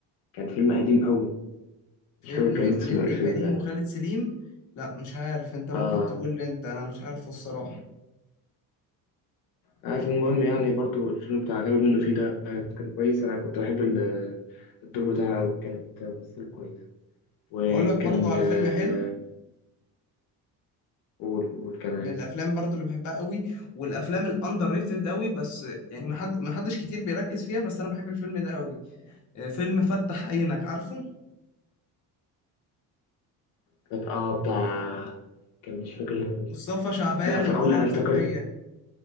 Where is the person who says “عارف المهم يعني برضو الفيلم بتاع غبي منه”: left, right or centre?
Left